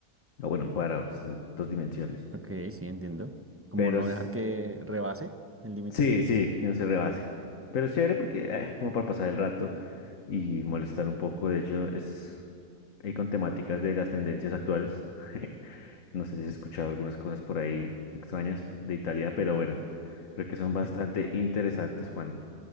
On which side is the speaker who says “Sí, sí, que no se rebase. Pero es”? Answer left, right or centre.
Left